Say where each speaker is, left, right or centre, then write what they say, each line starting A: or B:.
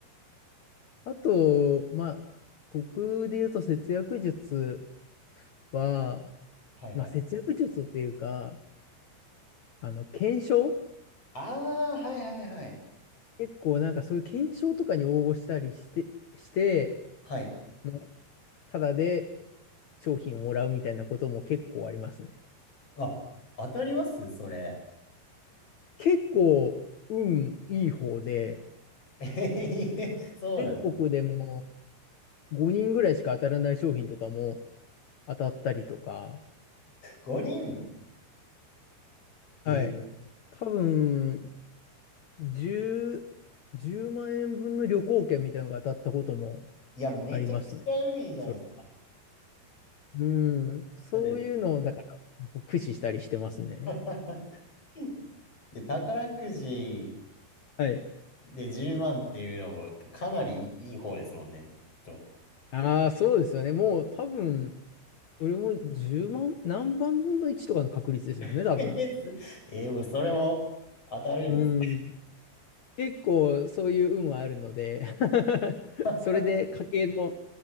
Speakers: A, on the left; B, on the left.
A: あと、まあ、僕で言うと節約術は、
B: はいはい。
A: まあ、節約術っていうか、あの、検証
B: ああ、はいはいはい。
A: 結構なんかそういう検証とかに応募したりして、して、
B: はい。
A: まあ、ただで商品をもらうみたいなことも結構ありますね。
B: あ、当たりますそれ。
A: 結構、運いい方で、
B: <laughs> えへへそうなんだ。
A: 全国でも5人ぐらいしか当たらない商品とかも当たったりとか、
B: 5人。え、
A: はい。多分、10、10万円分の旅行券みたいなのが当たったことも
B: いや、めちゃくちゃいいじゃないですか。
A: ありますね。それ。うん。そういうのを、
B: だって、
A: だから、こう駆使したりしてますね。
B: <laughs> いや、宝くじ
A: はい。
B: で10万っていうのもかなりいい方ですもんね。きっと。
A: ああ、そうですよね。もう多分、それも10万、何万分の1とかの確率ですよね、
B: <laughs>
A: 多分。
B: えすえもうそれも当たるんです。
A: うん。結構そういう運はあるので <laughs>
B: <laughs>
A: それで家計の